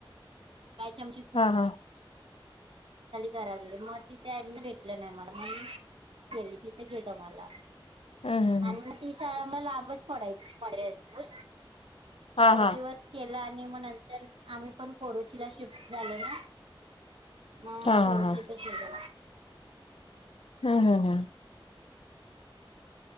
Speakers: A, on the right; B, on the left.
A: काय चमच <unintelligible>
B: हां.
A: करायली मग तिथे ऍडमि भेटलं नाही मला मग केली तिथे घेता मला
B: हम्म
A: आणि ती शाळा मला लांबच पडायची पर्या हायस्कूल.
B: हा
A: थोड
B: हा
A: दिवस केला आणि मग नंतर आम्ही पण कोरचीला शिफ्ट झालना. म
B: हा
A: कोरचीत
B: हा हा
A: <unintelligible> शले
B: हम्म, हम्म, हम्म.